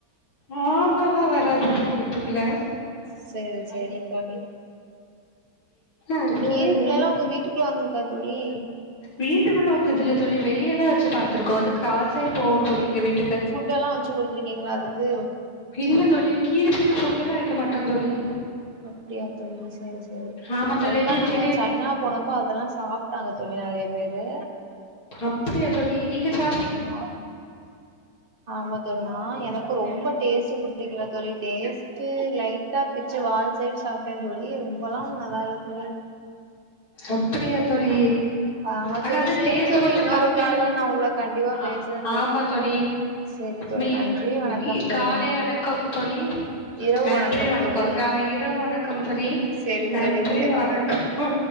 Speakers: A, on the left (about 55°); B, on the right (about 35°).
A: ஆமல்லா வராது தோழி வீட்டுக்குள்ள
B: செ ரி செரி தோழி
A: ஐயோ
B: கீரிபிள்ளலா
A: ஐயோ
B: உங்க வீட்டுக்குள்ள வந்துருக்கா தோழி
A: வீட்டுக்குள்ள வந்ததில்ல தோழி வெளியதா வச்சி பாத்துருக்கோ அது கிராஸ்ஸாகி போகு தோழி எங்க வீட்
B: ஃபுட் எல்லா வச்சு குடுத்துருக்கீங்களா அதுக்கு
A: இல்ல தோழி கீரிபிள்ளைக்கி ஃபுட் எல்லா வெக்க மாட்டோ தோழி
B: அப்டியா தோழி சரி சரி
A: ஆமா தோழி
B: ஒருக்கா
A: சி
B: நாங்க
A: செரி
B: சைனா போனப்ப அதெல்லா சாப்ட்டாங்க தோழி நெறையா பேரு
A: அப்டியா தோழி நீங்க சாப்
B: அம்மா ஆமா தோழி நா எனக்கு ரொம்ப டேஸ்ட் பிடிக்கல தோழி டேஸ் ட்டு லைட்டா பிச்சி வால் சைடு சாப்ட்டே தோழி ரொம்பல்லா ஒண்ணு நல்லால்ல தோழி
A: அப்டியா தோழி
B: ஆமா
A: ஆனா
B: தோழி
A: அது
B: செரி
A: டேஸ்ட்
B: தோழி
A: கொஞ்ச
B: இன்னொரு
A: கம்மியாதா
B: கால்ல நா உங்கள கண்டிப்பா
A: ஆ
B: பேசுறே
A: ஆமா தோழி
B: செரி தோழி
A: மீன்
B: நன்றி வணக்கம்
A: காலை
B: தோழி
A: வணக்கம் தோழி
B: இரவு
A: நன்றி வணக்கம்
B: தோழி
A: ஆ இரவு வணக்கம் தோழி
B: செரி
A: நன்றி
B: தோழி
A: வணக்கோ
B: வணக்கம்